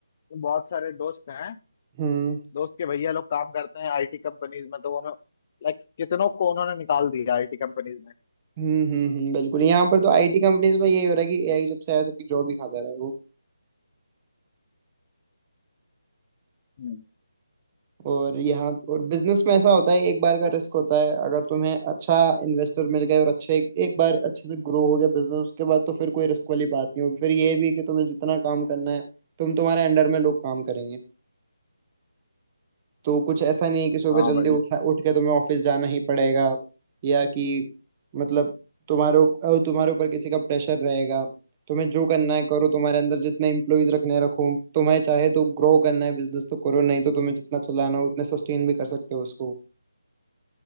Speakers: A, on the left; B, on the right.
A: बहुत सारे दोस्त हैं
B: हम्म
A: दोस्त के भैया लोग काम करते हैं आईटी कंपनीज में तो उन्होंने लाइक कितनों को उन्होंने निकाल दिया आईटी कंपनीज में
B: हम्म हम्म हम्म, बिल्कुल यहाँ पर तो आईटी कंपनीज में यही हो रहा है कि एआई जब से आया सबकी जॉब ही खाता रहा है वो
A: हम्म
B: और यहाँ और बिजनेस में ऐसा होता है एक बार का रिस्क होता है अगर तुम्हें अच्छा इन्वेस्टर मिल गए और अच्छे एक बार अच्छे से ग्रो हो गया बिजनेस उसके बाद तो फिर कोई रिस्क वाली बात नहीं होगी फिर ये भी है कि तुम्हें जितना काम करना है तुम तुम्हारे अंडर में लोग काम करेंगे तो कुछ ऐसा नहीं है कि सुबह
A: हाँ
B: जल्दी
A: भाई
B: उठना उठ के तुम्हें ऑफिस जाना ही पड़ेगा या कि मतलब तुम्हारे उप- अ, तुम्हारे ऊपर किसी का प्रेशर रहेगा तुम्हें जो करना है करो तुम्हारे अंदर जितने एम्प्लॉयज रखने हैं रखो तुम्हें चाहे तो ग्रो करना है बिजनेस तो करो नहीं तो तुम्हें जितना चलाना हो उतने सस्टेन भी कर सकते हो उसको